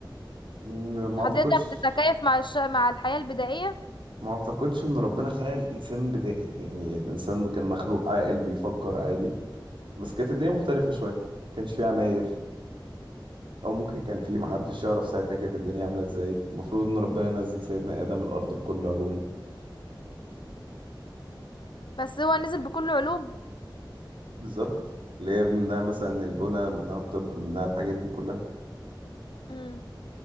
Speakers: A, on the right (about 80°); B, on the left (about 70°).
A: م- ما
B: هتقدر
A: اعتقدش
B: تتكيف مع الش... مع الحياه البدائيه
A: ما اعتقدش ان ربنا خلق الانسان بدائي يعني الانسان كان مخلوق عاقل بيفكر عادي بس كانت الدنيا مختلفه شويه كانش فيه عماير
B: مم.
A: او ممكن كان فيه محدش يعرف ساعتها كانت الدنيا عامله ازاي المفروض ان ربنا نزل سيدنا ادم الارض بكل علومه
B: بس هو نزل بكل علوم
A: بالظبط اللي هي منها مثلا البنى منها الطب منها الحاجات دي كلها
B: مم.